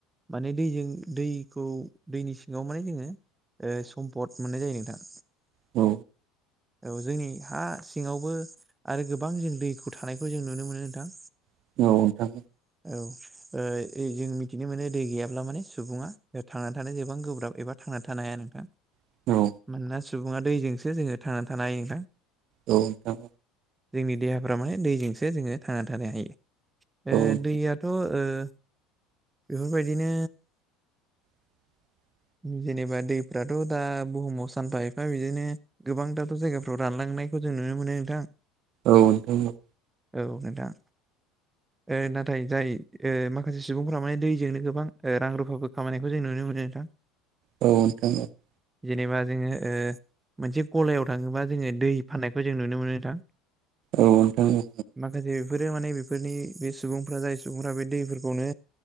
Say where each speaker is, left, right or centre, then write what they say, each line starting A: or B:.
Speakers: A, on the right; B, on the right.
A: माने दैजों दैखौ दैनि सि याव माने जोङो समपद मोननाय जायो नोंथां
B: औ
A: औ जोंनि हा सिङावबो आरो गोबां जों दैखौ थानायखौ जों नुनो मोनो नोंथां
B: नोंथां औ नोंथां
A: औ ओ जों मिथिनो मोनो दै गैयाब्ला माने सुबुङा थांनानै थानायानो गोबां गोब्राब एबा थां थांना थानो हाया नोंथां
B: औ
A: मानोना सुबुङा दैजोंसो जोङो थांना थानो हायो नोंथां
B: औ नोंथां
A: जोंनि देहाफ्रा माने दैजोंसो जोङो थांना थानो हायो
B: औ
A: ओ थ' बेफोरबायदिनो
B: <inaudible>
A: जेनेबा दैफ्राथ' दा बुहुमाव सानफा एफा बिदिनो गोबां दाथ' जायगाफ्राव रानलांनो नायखौ जों नुनो मोनो नोंथां
B: औ नोंथां औ
A: औ नोंथां ओ ना नाथाय जाय ओ माखासे सुबुंफ्रा माने दैजोंनो गोबां ओ रां रुफाबो खामायनायखौ जों नुनो मोनो नोंथां
B: औ नोंथां
A: जेनेबा जोङो मोनसे गलायाव थाङोबा जोङो दै फाननायखौ जों नुनो मोनो नोंथां
B: औ नोंथां औ
A: माखासे बेफोरो माने बेफोरनि बे सुबुं सुबुंफोरा जाय सुबुंफोरा बे दैफोरखौनो